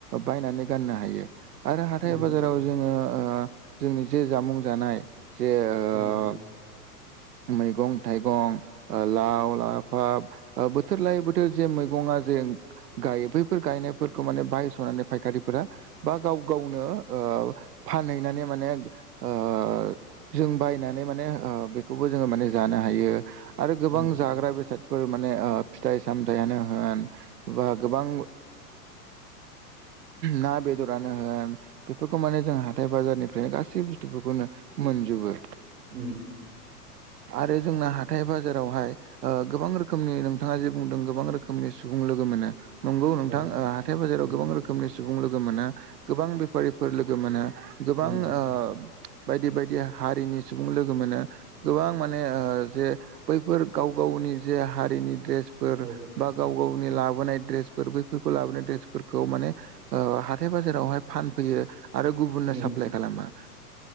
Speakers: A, on the right; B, on the right.
A: बायनानै गाननो हायो आरो हाथाय
B: उम
A: बाजाराव जोङो जोंनि जे जामुं जानाय जे ओ
B: उ
A: मैगं थाइगं लाव लाफा बोथोर लायै बोथोर जे मैगंआ जे गायो बैफोर गायनायफोरखौ माने बायस'नानै फायखारिफोरा एबा गाव गावनो फानहैनानै माने ओ जों बायनानै माने बेखौबो जोङो माने जानो हायो आरो गोबां
B: उम
A: जाग्रा बेसाद फोर माने फिथाइ सामथायानो होन बा गोबां ना बेदरानो होन बेफोरखौ माने जों हाथाय बाजारनिफ्रायनो गासै बुस्थुफोरखौनो मोनजोबो
B: उ
A: आरो जोंना हाथाय बाजारावहाय गोबां रोखोमनि नोंथाङा जे बुंदों गोबां रोखोमनि सुबुं लोगो मोनो नंगौ नोंथां
B: औ
A: ओ हाथाय बाजाराव
B: उम
A: गोबां रोखोमनि सुबुं लोगो मोना गोबां बेफारिफोर लोगो मोना
B: उम
A: गोबां ओ बायदि बायदि हारिनि सुबुं लोगो मोनो। गोबां माने ओ जे बैफोर गाव गावनि जे हारिनि ड्रेसफोर
B: औ उम औ
A: बा गाव गावनि लाबोनाय ड्रेसफोर बैफोरखौ लाबोनाय ड्रेसफोरखौ माने ओ हाथाय बाजारावहाय फानफैयो। आरो गुबुननो
B: उम
A: साप्लाय खालामै